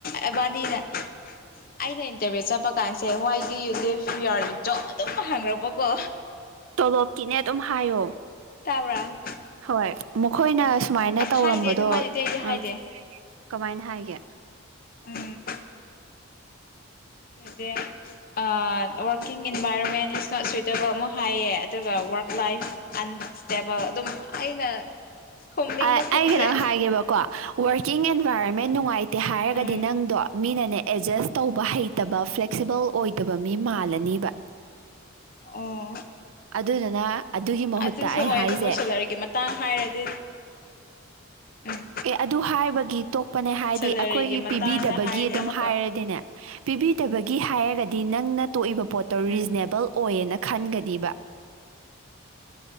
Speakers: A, on the left (about 45°); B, on the right (about 75°).
A: ꯑꯦꯕꯥꯅꯤꯅꯦ ꯑꯩꯅ ꯏꯟꯇꯔꯚꯤꯌꯨ ꯆꯠꯄ ꯀꯥꯟꯁꯦ ꯋꯥꯏꯗꯤ ꯌꯨꯗꯤꯞ ꯌꯔꯂꯤꯞꯇꯣ ꯑꯗꯨꯝ ꯍꯥꯡꯉꯛꯄꯀꯣ
B: ꯇꯣꯂꯣꯞꯀꯤꯅꯦ ꯑꯗꯨꯝ ꯍꯥꯏꯌꯣ
A: ꯇꯥꯕ꯭ꯔꯥ
B: ꯍꯣꯏ ꯃꯈꯣꯏꯅ ꯁꯨꯃꯥꯏꯅ
A: ꯑꯁ
B: ꯇꯧꯔꯝꯕꯗꯣ
A: ꯍꯥꯏꯗꯦ ꯑꯗꯨꯃꯥꯏꯅꯗꯤ ꯑꯩꯗꯤ ꯍꯥꯏꯗꯦ
B: ꯑ ꯀꯃꯥꯏꯅ ꯍꯥꯏꯒꯦ
A: um the uh working environment is not suitable ꯑꯃ ꯍꯥꯏꯌꯦ ꯑꯗꯨꯒ ꯋꯥꯔꯛ ꯂꯥꯏꯐ ꯑꯟꯁꯇꯦꯕꯜ ꯑꯗꯨꯝ ꯑꯩꯅ ꯈꯨꯝꯅꯤꯡꯕ
B: ꯑꯩ
A: ꯈꯨꯝꯈ꯭ꯔꯦ
B: ꯀꯩꯅꯣꯪ ꯍꯥꯏꯒꯦꯕꯀꯣ ꯋꯥꯔꯀꯤꯡ ꯑꯦꯟꯚꯥꯏꯔꯣꯟꯃꯦꯟ ꯅꯨꯡꯉꯥꯏꯇꯦ ꯍꯥꯏꯔꯒꯗꯤ
A: ꯎꯝ
B: ꯅꯪꯗꯣ ꯃꯤꯅꯅꯦ ꯑꯦꯗꯖꯁ ꯇꯧꯕ ꯍꯩꯇꯕ ꯐ꯭ꯂꯦꯛꯁꯤꯕꯜ ꯑꯣꯏꯗꯕ ꯃꯤ ꯃꯥꯜꯂꯅꯤꯕ
A: ꯑꯣ
B: ꯑꯗꯨꯗꯨꯅ ꯑꯗꯨꯒꯤ ꯃꯍꯨꯠꯇ
A: ꯑꯗꯨꯁꯨ
B: ꯑꯩꯅ
A: ꯑꯣꯏ
B: ꯍꯥꯏꯁꯦ
A: ꯑꯗꯨꯕꯨ ꯁꯦꯂꯔꯤꯒꯤ ꯃꯇꯥꯡ ꯍꯥꯏꯔꯗꯤ ꯎꯝ
B: ꯑꯦ ꯑꯗꯨ ꯍꯥꯏꯕꯒꯤ ꯇꯣꯛꯄꯅꯦ ꯍꯥꯏꯗꯤ
A: ꯁꯦꯂꯔꯤꯒꯤ
B: ꯑꯩꯈꯣꯏꯒꯤ
A: ꯃꯇꯥꯡꯗ
B: ꯄꯤꯕꯤꯗꯕꯒꯤ
A: ꯍꯥꯏꯔꯗꯤ
B: ꯑꯗꯨꯝ
A: ꯑꯃꯨꯛꯀ
B: ꯍꯥꯏꯔꯗꯤꯅꯦ ꯄꯤꯕꯤꯗꯕꯒꯤ ꯍꯥꯏꯔꯒꯗꯤ ꯅꯪꯅ ꯇꯣꯛꯏꯕ ꯄꯣꯠꯇꯣ
A: ꯎꯝ
B: ꯔꯤꯖꯅꯦꯕꯜ ꯑꯣꯏꯌꯦꯅ ꯈꯟꯒꯔꯤꯕ